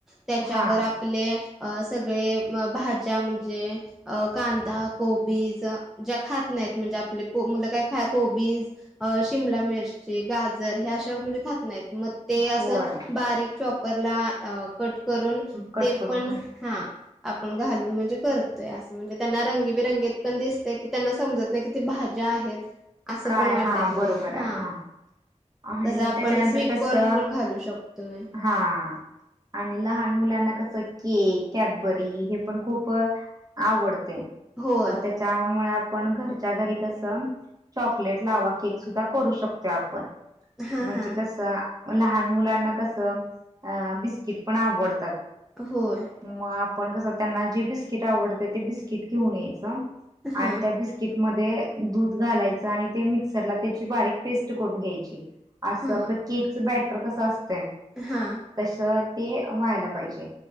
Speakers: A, in the centre; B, on the right (about 30°).
A: त्यांच्यावर
B: हा
A: आप आपले सगळे भाज्या म्हणजे, अ कांदा कोबीज ज्या खात नाहीत, म्हणजे आपले मुलं काय. कोबीज, शिमला, मिरची, गाजर ह्या अशा मुलं खात नाहीत मगं. ते
B: होय
A: असं, बारीक चॉपरला कट करून
B: कट
A: ते
B: करून
A: पण हा. आपण घालून म्हणजे करतोय असं, म्हणजे त्यांना रंगीबिरंगीत पण दिसत की त्यांना समजत. तेकी किती भाज्या आहेत, असं
B: काय
A: पण वाटत
B: हा
A: नाही
B: बरोबर आहे
A: हां.
B: हा आणि
A: तसं आपण
B: त्याच्यानंतर
A: स्वीटकॉर्न
B: कसं
A: पण घालू शकतोय.
B: हा. आणि लहान मुलांना कसं, केक कॅडबरी हे पण खूप. आवडते.
A: होय
B: मग त्यांच्यामुळ आपण घरच्या घरी कसं. चॉकलेट लावा केक सुद्धा करू शकतो. आपण
A: हा
B: म्हणजे
A: हा
B: कसं, लहान मुलांना कसं, अ बिस्किट पण आवडतात.
A: होय.
B: मग आपण कसं त्यांना जे बिस्किट आवडतं ते, बिस्किट घेऊन यायचं
A: हा
B: आणि त्या बिस्क किट मध्ये दूध घालायच, आणि ते मिक्सरला त्याची बारीक पेस्ट करून घ्यायची. असं
A: हा
B: आपलं केकच बॅटर कसं असतंय.
A: हा.
B: तस ते व्हायला पाहिजे,